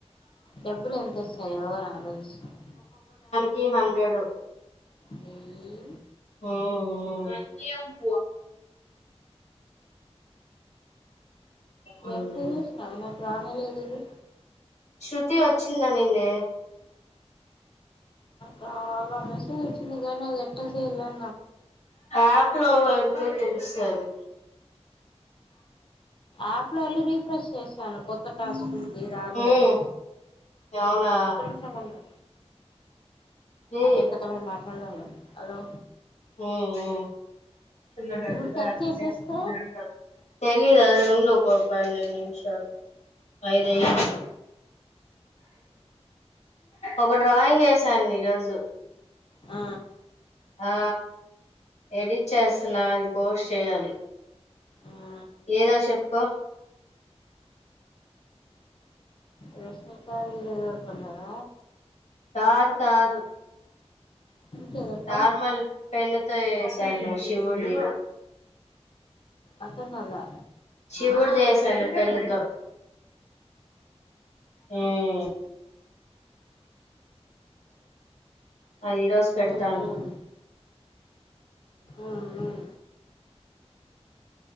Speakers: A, on the left; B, on the left.
A: డబ్బులు ఎంతొ స యో అని ఆలోచిస్తున్న
B: టి హండ్రెడు
A: వెయ్యి
B: మ్మ్ మ్మ్
A: ఎకు స్నానం రానేలేదు అది
B: శృతి వచ్చింది అనిందే
A: చాలా మెసేజ్ వాచి నిజమే అది ఎట్ట జేయాల
B: ఆప్ లో సరే
A: ఆప్ లో వెళ్ళి రీఫ్రెష్ చేశాను కొత్త టాస్కుకి రాలేదు
B: మ్మ్ అవునా
A: ఒక నిమిషం ఉండు
B: మ్మ్
A: ఎక్కదమ హలో
B: మ్మ్ మ్మ్ <unintelligible>
A: ఇప్పుడు కట్ చేసేస్తే
B: తెలిదు ఉన్న కొప్పన్న నిమిషాలు అఐదయదు
A: లైక్
B: ఒక డ్రాయింగ్ వేసాను ఈరోజు
A: ఆ
B: ఆ ఎడిట్ చేస్తున్నా అది పోస్ట్ చేయాలి
A: ఆ
B: ఏదో చెప్పుకో
A: రెష్మిక <unintelligible> కొన్నార
B: కాదు కాదు
A: ఇంకేదప్ప
B: నార్మల్ పెన్నుతో చేస్ శివుడిది
A: అర్థం కాలే
B: శివుడు దేస్ పెన్ను పెన్ను తో మ్మ్ అది ఈ రోజు పెడుతాను
A: ఉమ్ ఉమ్ ఉమ్ ఉమ్